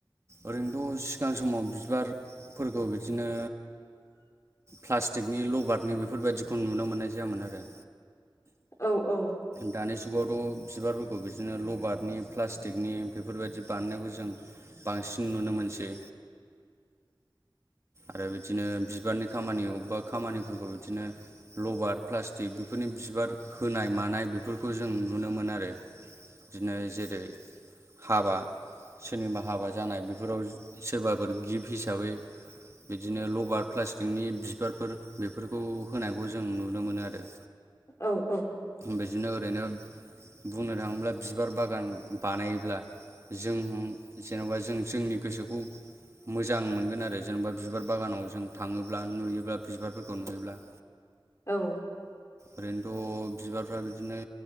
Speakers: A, on the right (about 35°); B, on the left (about 40°).
A: ओरैनोथ' सिगां समाव बिबारफोरखौ बिदिनो। प्लास्टिकनि लबारनि बेफोरबायाददिखौ नुनो मोननाय जायामोन आरो।
B: औ औ
A: दानि जुगावथ' बिबारफोरखौ बिदिनो लबारनि प्लास्टिकनि बेफोरबायदि बानायनायखौ जों। बांसिन नुनो मोनसै
B: <inaudible>
A: आरो बिदिनो बिबारनि खामानि अबेबा खामानिफोरखौ बिदिनो लबार प्लास्टिक बेफोरनि बिबार होनाय मानाय बेफोरखौ जों नुनो मोन आरो। बिदिनो जेरै हाबा सोरनिबा हाबा जानाय बे फोराव सोरबाफोर गिफ्ट हिसाबै बिदिनो लबार प्लास्टिकनि बिबारफोर बेफोरखौ होनायखौ जों नु नुनो मोनो आरो।
B: औ औ
A: बेदिनो ओरैनो बुंनो थांङोब्ला बिबार बागान बानायोब्ला जों जेन'बा जों जोंनि गोसोखौ मोजां मोनगोन आरो जेनेबा बिबार बागानाव जों थांङोब्ला नुयोब्ला बिबारफोरखौ नुयोब्ला।
B: औ
A: ओरैनोथ' बिबारफ्रा बिदिनो